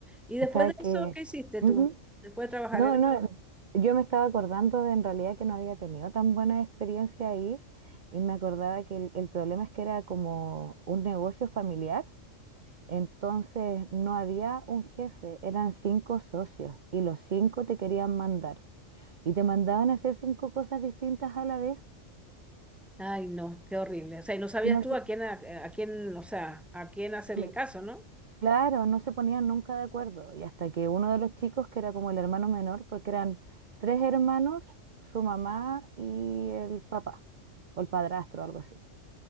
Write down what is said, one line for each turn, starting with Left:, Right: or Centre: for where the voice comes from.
Centre: Y después
Right: o sea
Centre: de
Right: que...
Centre: eso, ¿qué hiciste
Right: ujú.
Centre: tú? Después de trabajar
Right: No,
Centre: en...
Right: no, yo me estaba acordando de en realidad que no había tenido tan buena experiencia ahí y me acordaba que el, el problema es que era como un negocio familiar, entonces no había un jefe, eran cinco socios y los cinco te querían mandar y te mandaban a hacer cinco cosas distintas a la vez
Centre: Ay, no, qué horrible. O sea, y no sabías
Right: y no,
Centre: tú a quién, a, a quién, o sea, a quién hacerle
Right: se-
Centre: caso, ¿no?
Right: Claro, no se ponían nunca de acuerdo. Y hasta que uno de los chicos, que era como el hermano menor, porque eran tres hermanos, su mamá y el papá, o el padrastro, algo así.